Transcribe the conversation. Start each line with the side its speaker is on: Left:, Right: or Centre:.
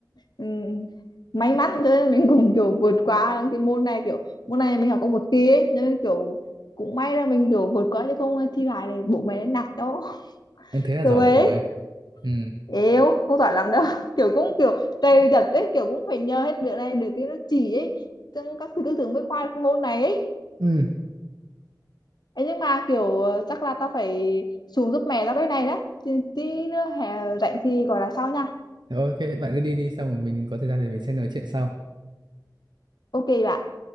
Left: ừm, may mắn cho nên mình cũng kiểu vượt qua cái môn này kiểu môn này mình học có một kỳ ấy cho nên kiểu cũng may là mình kiểu vượt qua chứ không thi lại này bố mẹ nạt cho
Right: Ừ, thế là
Left: kiểu
Right: giỏi
Left: về
Right: rồi ừ
Left: yếu không giỏi lắm đâu <laughs> kiểu cũng kiểu cày đặt ấy kiểu cũng phải nhờ hết việc này được cái nó chỉ ấy trong các thứ tư tưởng mới khoa được cái môn này ấy
Right: ừ
Left: ấy nhưng mà kiểu ờ, chắc là tao phải xuống giúp mẹ tao cái này đó. Tí tí nữa hè rảnh thì gọi là sau nha.
Right: Thế ok bạn cứ đi đi xong rồi mình có thời gian thì mình sẽ nói chuyện sau
Left: Ok bạn.